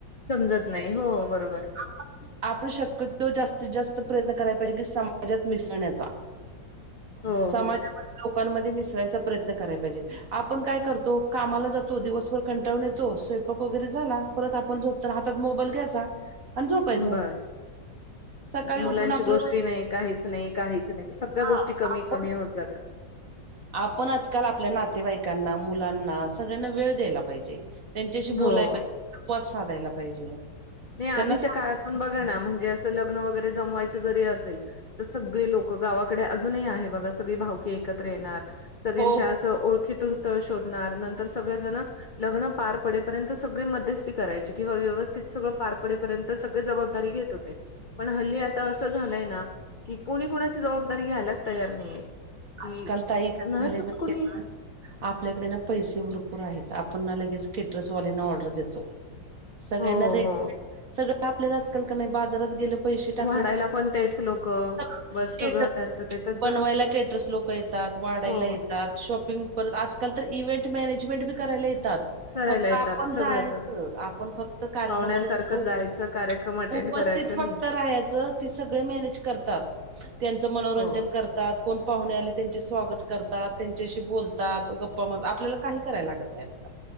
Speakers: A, on the left (about 50°); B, on the right (about 50°).
A: समजत नाही हो बरोबर.
B: आपण आपण शक्यतो जास्तीत जास्त प्रयत्न कराय पाहिजे की समाजात मिसळण्याचा.
A: हो
B: समाजामध्ये,
A: हो
B: लोकांमध्ये मिसळायचा प्रयत्न कराय पाहिजे. आपण काय करतो. कामाला जातो, दिवसभर कंटाळून येतो. स्वयंपाक वगैरे झाला परत आपण झोपताना हातात मोबाईल घ्यायचा आणि झोपायचं.
A: बस
B: सकाळी
A: मुलांची
B: उठून आपलं
A: गोष्टी नाही, काहीच नाही, काहीच नाही. सगळ्या
B: हा
A: गोष्टी कमी
B: आपण
A: कमी होत जातात.
B: आपण आजकाल आपल्या नातेवाईकांना, मुलांना सगळ्यांना वेळ द्यायला पाहिजे. त्यांच्याशी बोलाय
A: हो
B: पाहिजे, संवाद साधायला पाहिजे.
A: नाही आधीच्या
B: त्यांना सांग
A: काळात पण बघा ना म्हणजे असं लग्न वगैरे जमवायचं जरी असेल तर सगळी लोक गावाकडे अजूनही आहे बघा, सगळी भावकी एकत्र येणार सगळ्यांच्या
B: हो हो
A: असं ओळखीतून स्थळ शोधणार. नंतर सगळेजण लग्न पार पडेपर्यंत सगळे मध्यस्थी करायचे किंवा व्यवस्थित सगळं पार पडेपर्यंत सगळे जबाबदारी घेत होते. पण हल्ली आता असं झालंय ना, की कोणी कोणाची जबाबदारी घ्यायलाच तयार नाहीये. की
B: आजकाल ताई काय
A: नाही
B: झाले
A: तर
B: माहितेय
A: कोणी
B: का? आपल्याकडे ना पैसे भरपूर आहेत. आपण ना लगेच केटर्सवाल्यांना ऑर्डर देतो. सगळ्यांना
A: हो
B: रेट
A: हो
B: <unintelligible> सगळं आपल्याला आजकाल कनई बाजारात गेल पैसे टाकले
A: वाढायला
B: की <unintelligible>
A: पण तेच लोक
B: स्टेटस
A: बस सगळं त्यांचं ते तसं
B: बनवायला स्टेटस लोक येतात, वाढायला
A: हो
B: येतात, शॉपिंग परत आजकाल तर इव्हेंट मॅनेजमेंट बी करायला येतात.
A: करायला
B: फक्त
A: येतात
B: आपण
A: सगळं
B: जायचं
A: सगळं
B: आपण फक्त कार्यक्रमाला
A: पाहुण्यांसारखं
B: तिथं उतरतो
A: जायचं कार्यक्रम अटेंड
B: उपस्थित
A: करायचं
B: फक्त
A: नाही
B: राहायचं ती सगळे मॅनेज करतात. त्यांचं मनोरंजन
A: हो
B: करत ता कोण पाहुणे आले त्यांचे स्वागत करतात. त्यांच्याशी बोलतात, गप्पा म आपल्याला काही करायला लागत नाही आजकाल.